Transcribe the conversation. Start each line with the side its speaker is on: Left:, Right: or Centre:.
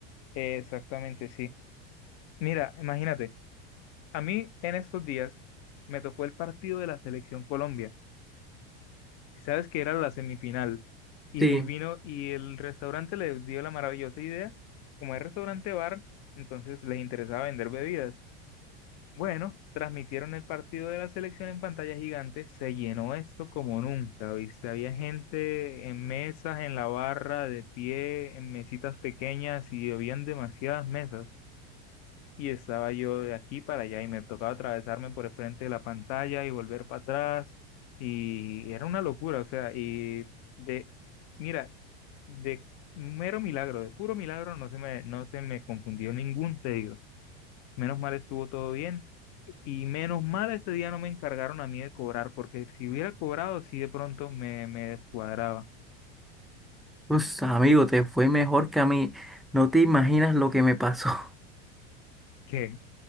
Left: Exactamente, sí. Mira, imagínate, a mí en estos días me tocó el partido de la selección Colombia. sabes que era la semifinal y
Centre: Sí,
Left: vino y el restaurante le dio la maravillosa idea, como es restaurante bar, entonces les interesaba vender bebidas. Bueno, transmitieron el partido de la selección en pantalla gigante, se llenó esto como nunca, ¿viste? Había gente en mesas, en la barra, de pie, en mesitas pequeñas y habían demasiadas mesas y estaba yo de aquí para allá y me tocaba atravesarme por el frente de la pantalla y volver para atrás y era una locura, o sea, y de, mira, de mero milagro, de puro milagro no se me, no se me confundió ningún pedido. Menos mal estuvo todo bien y menos mal ese día no me encargaron a mí de cobrar porque si hubiera cobrado sí de pronto me, me descuadraba.
Centre: pues amigo, te fue mejor que a mí. No te imaginas lo que me pasó.
Left: ¿Qué?